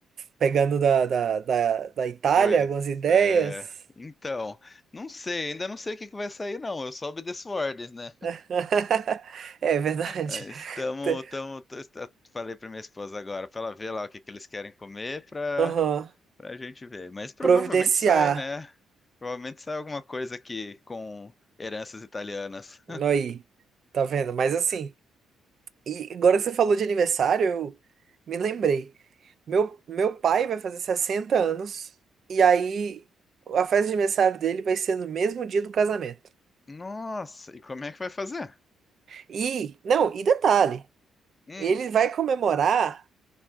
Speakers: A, on the right; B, on the left.
A: pegando da, da, da, da Itália,
B: Pois
A: algumas ideias.
B: é. Então, não sei, ainda não sei o que que vai sair, não. Eu só obedeço ordens, né?
A: <laughs> É verdade.
B: É, Estamos,
A: Te-
B: estamos, falei para minha esposa agora, para ela ver lá o que que eles querem comer para
A: Aham.
B: para a gente ver. Mas provavelmente
A: Providenciar.
B: sai, né? Provavelmente sai alguma coisa aqui com heranças italianas.
A: Aí. Tá vendo? Mas assim. E agora que você falou de aniversário, eu me lembrei. Meu, meu pai vai fazer 60 anos, e aí a festa de aniversário dele vai ser no mesmo dia do casamento.
B: Nossa, e como é que vai fazer?
A: E, não, e detalhe,
B: Hum,
A: ele vai comemorar